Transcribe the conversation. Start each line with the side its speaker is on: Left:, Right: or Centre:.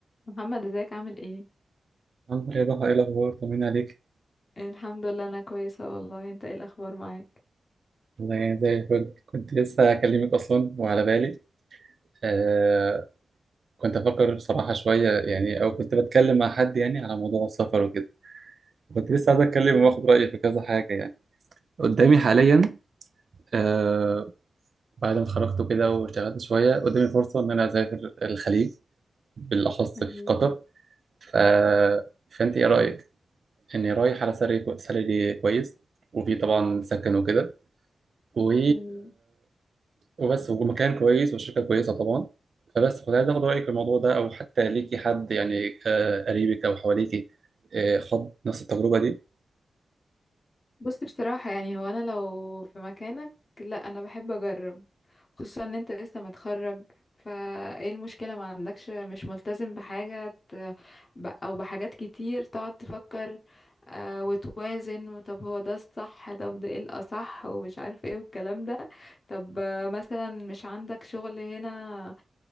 Left: محمد ازيك عامل ايه
Right: الحمد لله يا ضحى ايه الاخبار طمني عليك
Left: الحمد لله انا كويسه والله انت ايه الاخبار معاك
Right: والله يعني زي الفل كنت لسه اكلمك اصلا وعلى بالي آه كنت افكر بصراحه شويه يعني او كنت بتكلم مع حد يعني على موضوع السفر وكده كنت لسه عايز اتكلم
Left: أمم،
Right: واخد رايي في كذا حاجه يعني قدامي حاليا آه بعد ما اتخرجت وكده واشتغلت شويه قدامي فرصه ان انا اسافر الخليج بالاخص
Left: أمم،
Right: في قطر ف... فانت ايه رايك اني رايح على سالري سالري كويس وفي طبعا سكن وكده و
Left: أمم.
Right: وبس ومكان كويس وشركة كويسة طبعا فبس كنت عايز اخد رأيك في الموضوع ده او حتى ليكي حد يعني آه، قريبك او حواليكي آه، خد نفس التجربة دي
Left: بصي بصراحه يعني هو انا لو في مكانك لا انا بحب اجرب خصوصا ان انت لسه متخرج فايه المشكله ما عندكش مش ملتزم بحاجه ت- ب- او بحاجات كتير تقعد تفكر آه وتوازن طب هو ده الصح طب ده ايه الاصح ومش عارف ايه والكلام ده طب آه، مثلا مش عندك شغل هنا